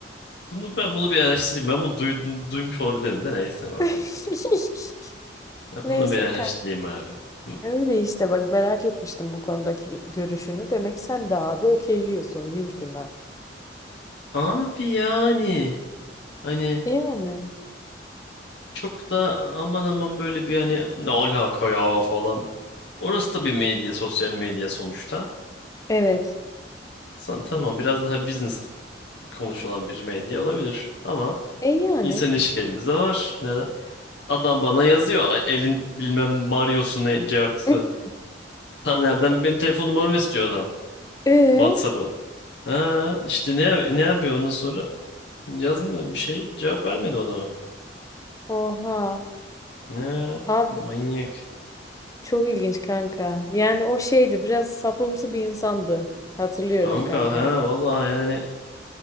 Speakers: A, on the left; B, on the left.
A: Bunu ben bunu bir araştırayım. Ben bunu duydum, duymuş olabilirim de neyse bakalım.
B: <laughs>
A: Ben
B: Neyse
A: bunu bir araştırayım
B: kanka.
A: abi. Hı.
B: Öyle işte bak merak etmiştim bu konudaki görüşünü. Demek sen de abi okeyliyorsun LinkedIn'den.
A: Abi yani hani
B: Yani.
A: çok da aman aman böyle bir hani ne alaka ya falan. Orası da bir medya, sosyal medya sonuçta.
B: Evet.
A: Sen tamam biraz daha business konuşulan bir medya olabilir ama
B: E yani.
A: insan ilişkilerimiz de var. Neden? Adam bana yazıyor. Elin bilmem Mario'su ne cartı.
B: <laughs>
A: Taner'den benim telefon numaramı istiyor adam.
B: E
A: WhatsApp'ı. Ha işte ne, yap- ne yapıyor ondan sonra? Yazmıyor bir şey. Cevap vermedi o adama.
B: oha.
A: Ne?
B: Abi
A: Manyak.
B: çok ilginç kanka. Yani o şeydi biraz sapımsı bir insandı. Hatırlıyorum
A: Kanka
B: kanka.
A: ha vallahi yani